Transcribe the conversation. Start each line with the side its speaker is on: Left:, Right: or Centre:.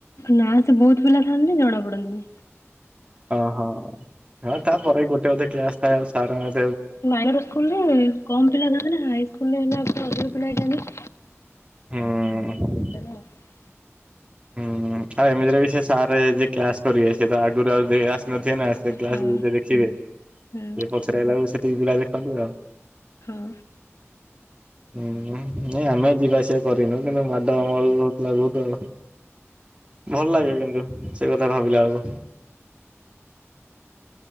Left: ନା ସେ ବହୁତ ପିଲା ଥାଆନ୍ତି ଜଣା ପଡନ୍ତି ନି।
Right: ଅ ହଁ ହଁ ତାପରେ ଗୋଟେ ଅଧେ କ୍ଲାସ ଥାଏ ଆଉ ସାର ଙ୍କ
Left: ମାଇନର ସ୍କୁଲ ରେ କମ ପିଲା ଯାଆନ୍ତି ନା ହାଇସ୍କୁଲ ରେ ହେଲା ତ ଅଧିକ ପିଲା ହେଇ ଯାଆନ୍ତି।
Right: ହୁଁ
Left: <unintelligible>
Right: ହୁଁ ଆଉ ଏମିତି ରେ ବି ସେ ସାର ଯେ କ୍ଲାସ କରିବେ ସିଏ ତ ଆଗରୁ ଆଉ ନଥିବେ ନା ସେ କ୍ଲାସ
Left: ହଁ
Right: କୁ ଟିକେ ଦେଖିବେ।
Left: ହଁ
Right: ଇଏ ପଚାରି ଆଇଲା ବେଳୁକୁ ସେତିକି ପିଲା ଦେଖନ୍ତି ଆଉ।
Left: ଅ
Right: ହୁଁ ନାଇଁ ଆମେ ଯିବା ଆସିବା କରି ନୁ କିନ୍ତୁ ମାଡ ଆମର ବି ହଉଥିଲା ବହୁତ। ଭଲ ଲାଗେ କିନ୍ତୁ ସେ କଥା ଭାବିଲା ବେଳକୁ।